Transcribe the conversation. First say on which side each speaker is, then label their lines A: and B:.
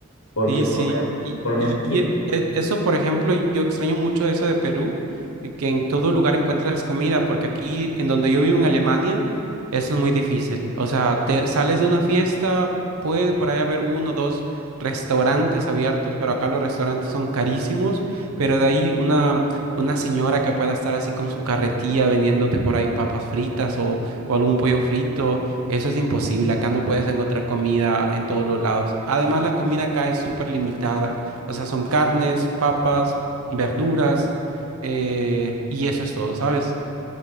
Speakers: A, on the left (about 80°); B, on the right (about 80°).
A: Porque
B: Sí,
A: por,
B: sí,
A: lo men-
B: y,
A: por lo
B: y,
A: gen-
B: y
A: sí,
B: e- e- eso, por ejemplo, yo extraño mucho eso de Perú, eh, que en todo lugar encuentras comida, porque aquí, en donde yo vivo en Alemania, eso es muy difícil. O sea, te sales de una fiesta, puede por ahí haber uno o dos restaurantes abiertos, pero acá los restaurantes son carísimos, pero de ahí una, una señora que pueda estar así con su carretilla vendiéndote por ahí papas fritas o, o algún pollo frito. Eso es imposible. Acá no puedes encontrar comida en todos los lados. Además, la comida acá es súper limitada. O sea, son carnes, papas, verduras, eh, y eso es todo, ¿sabes?